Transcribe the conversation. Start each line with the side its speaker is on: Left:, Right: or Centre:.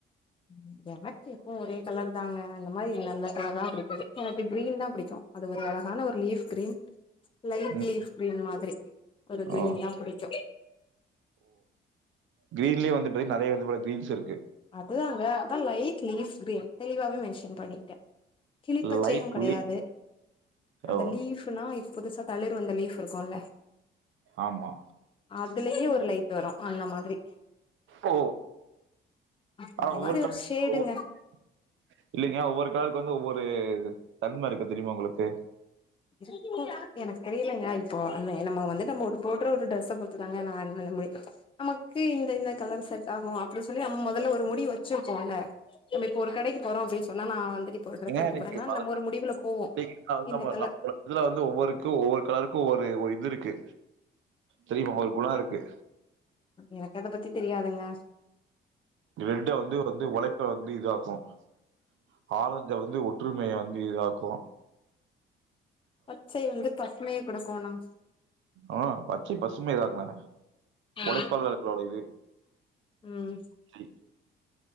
Left: உம் எனக்கு இப்ப ஒரே கலர் தாங்க அந்த மாதிரி நல்ல கலரா பிடிப்பது எனக்கு கிரீன் தா பிடிக்கும் அது ஒரு அழகான ஒரு லீஃப் க்ரீன் லைட்
Right: ம்
Left: லீஃப் கிரீன் மாதிரி ஒரு கிரீன்
Right: ஆ
Left: தா பிடிக்கும்
Right: கிரீன்லயே வந்து பாத்தி நறைய விதமான கிரீன்ஸ் இருக்கு
Left: அதாங்க அதா லைட் லீஃப் க்ரீன் தெளிவாவே மென்ஷன் பண்ணிட்டே கிளிப்பச்சையு
Right: லைட்
Left: கெடையாது
Right: லீ
Left: அந்த
Right: ஓ
Left: லீஃப்னா புதுசா தளிர் வந்த லீஃப் இருக்குல்ல
Right: ஆமா
Left: அதுலயே ஒரு லைட் வரும் அந்த மாதிரி
Right: ஓ
Left: அந்த
Right: ஆஹ் ஒவ்வொரு
Left: மாரி
Right: <inaudible>
Left: ஒரு ஷேடுங்க
Right: இல்லைங்க ஒவ்வொரு கலருக்கு வந்து ஒவ்வொரு தன்ம இருக்கு தெரியுமா உங்களுக்கு
Left: இருக்கு எனக்கு தெரியலைங்க இப்போ நம்ம வந்து நம்ம ஒரு போடுற ஒரு டிரெஸ்ஸ பொறுத்துதாங்க நா என்ன முடியு நமக்கு இந்த இந்த கலர் செட் ஆகும் அப்படி சொல்லி நம்ம மொதல்ல ஒரு முடிவு வச்சுருப்போ இல்ல நம்ம இப்ப ஒரு கடைக்கு போறோ அப்படின் சொன்னா நா வந்துட்டு இப்ப ஒரு டிரெஸ்
Right: ஏங்க
Left: எடுக்க
Right: எனக்கு
Left: போறேன்னா
Right: பல-
Left: நம்ம ஒரு முடிவுல போவோ
Right: இல்லைங்க, நான் வந்து
Left: இந்த
Right: நம்ம
Left: கலர்
Right: நம்ம இதுல வந்து ஒவ்வொருக்கு ஒவ்வொரு கலருக்கு ஒவ்வொரு ஒரு இது இருக்கு தெரியுமா ஒரு குண இருக் கு
Left: எனக்கு அத தெரியாதுங்க
Right: ரெட்ட வந்து <unintelligible> ஆரஞ்ச வந்து ஒற்றுமைய வந்து இதாக்கு
Left: பச்சை வந்து பசுமைய குடுக்கோணு
Right: ஆஹ் பச்சை பசுமை இததான
Left: ஆ
Right: உழைப்பாளர்களோடது
Left: ம்
Right: க்ரீன்